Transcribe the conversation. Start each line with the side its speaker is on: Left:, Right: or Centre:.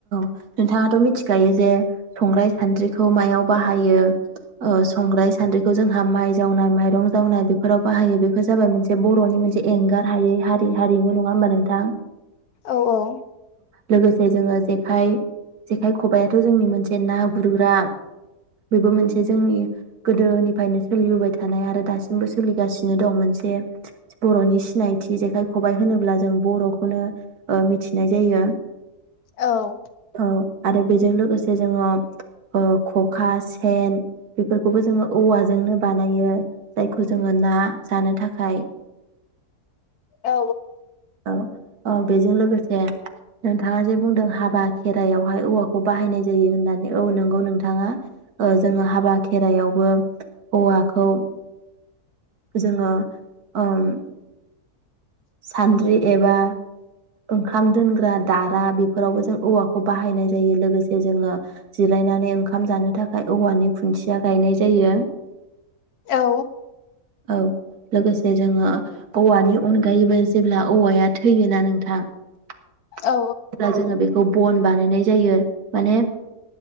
Right: नोंथाङाथ' मिथि खायो जे संग्राइ सान्द्रिखौ मायाव बाहायो ओ संग्राइ सान्द्रिखौ जोंहा माइ जावनाय माइरं जावनाय बेफोराव बाहायो बेफोर जाबाय मोनसे बर'नि मोनसे एंगार हायै हारि हारिमु नङा होमबा नोंथां?
Left: औ औ।
Right: लोगोसे जोङो जेखाय जेखाय खबायाथ' जोंनि मोनसे ना गुरग्रा बेबो मोनसे जोंनि गोदोनिफ्रायनो सोलिबोबाय थानाय आरो दासिमबो सोलिगासिनो दं मोनसे बर'नि सिनायथि जेखाइ खबाइ होनोब्ला जों बर'खौनो ओ मिथिनाय जायो।
Left: औ
Right: औ आरो बेजों लोगोसे जोङो ओ खखा सेन बेफोरखौबो जोङो औवाजोंनो बानायो जायखौ जोङो ना जानो थाखाय।
Left: औ
Right: औ औ बेजों लोगोसे। जे नोंथाङा जे बुंदों हाबा खेरायाव बेहाय औवाखौ बाहायनाय जायो होननानै औ नोंगौ नोंथाङा जोङो ओ हाबा खेराइायावबो औवाखौ जोङो ओम सानद्रि एबा ओंखाम दोनग्रा दारा बेफोरावबो जों औवाखौ बाहायनाय जायो लोगोसे जोङो जिरायनानै ओंखाम जानो थाखाय औवानि खुन्थिया गायनाय जायो।
Left: औ
Right: औ लोगोसे जोङो औवानि अनगायैबो जेब्ला औवाया थैयोना नोंथां। थां
Left: औ
Right: अब्ला जोङो बेखौ बन बानायनाय जायो माने